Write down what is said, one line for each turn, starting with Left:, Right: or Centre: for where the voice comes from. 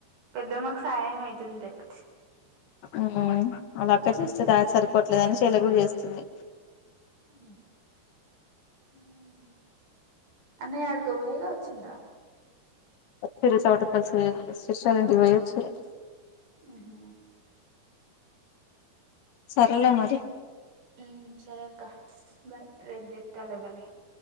Right: పెద్దమ్మకు సయం అయితుందిలే పట్
Left: మ్ వాళ్ళు అక్క చేస్తేదిా సరిపోవట్లేదని చెల్లె కూడా చేస్తుంది
Right: మ్ హు మ్ అన్నయ అడికోబోయేగా వచ్చిండా
Left: వచ్చిళ్ళు చోటపల్సి సిస్టర్ ఇంటికి పోయి వచ్చిళ్ళు
Right: మ్ హు
Left: సరేలే మరి
Right: మ్ సరే అక్క బాయ్ రేపు చేత్తాలే మళ్ళి